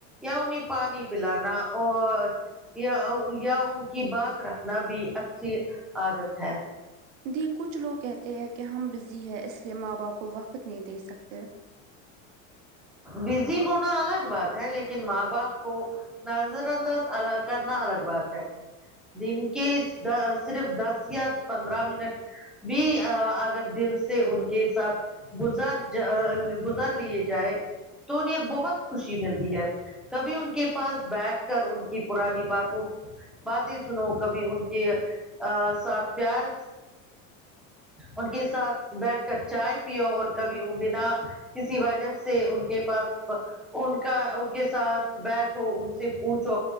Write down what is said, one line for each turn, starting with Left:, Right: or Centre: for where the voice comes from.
Centre: یا انہیں پانی پلانا اور یا یا ان کی بات رکھنا بھی اچھی عادت ہے
Right: دی کچھ لوگ کہتے ہیں کہ ہم بزی ہے اس لیے ماں باپ کو وقت نہیں دے سکتے
Centre: بزی ہونا الگ بات ہے لیکن ماں باپ کو نظر انداز ال کرنا الگ بات ہے دن کے د صرف دس یا پندرہ منٹ بھی ا اگر دل سے ان کے ساتھ گزار ج گزار لیے جائے تو انہیں بہت خوشی ملتی ہے کبھی ان کے پاس بیٹھ کر ان کی پرانی باتوں باتیں سنو کبھی ان کے ا ساتھ پیار ان کے ساتھ بیٹھ کر چائے پیو اور کبھی ان بنا کسی وجہ سے ان کے پاس ان کا ان کے ساتھ بیٹھو ان سے پوچھو